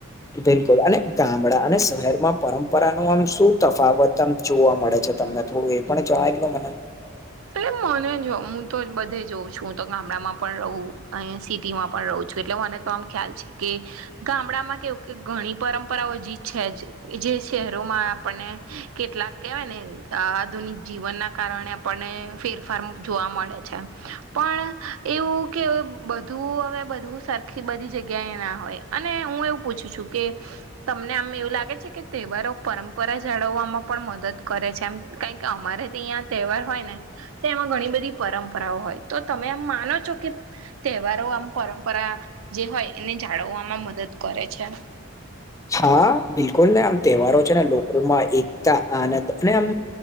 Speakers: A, on the left; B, on the right.
A: બિલકુલ અને ગામડા અને શહેરમાં પરંપરાનુ આમ શું તફાવત આમ જોવા મળે છે, તમને થોડું એ પણ જણાય દો મને
B: એટલે મને જો હું તો બધે જોઉં છું હુ તો ગામડામાં પણ રહું અહીયા સિટીમાં પણ રહું છું એટલે મને તો આમ ખ્યાલ છે, કે ગામડામાં કેવું કે ઘણી પરંપરાઓ જી છે, જે શહેરોમાં પને કેટલાક કેવાયને આધુનિક જીવનના કારણે આપને ફેર ફાર જોવા મળે છે. પણ એવું કે બધું હવે, બધું સરખી બધી જગ્યાએ ના હોય. અને હું એવું પૂછું છું કે તમને આમ એવું લાગે છે કે તહેવારો પરંપરા જાળવવામાં પણ મદદ કરે છે એમ કાંઈક અમારે અહીં તહેવાર હોય ને તો તેમાં ઘણી બધી પરંપરાઓ હોય તો તમે એમ માનો છો કે તહેવારો આમ પરંપરા જે હોય એને જાળવવામાં મદદ કરે છે.
A: હા બિલકુલ ને આમ તહેવારો છે ને લોકોમાં એકતા, આનંદ અને આમ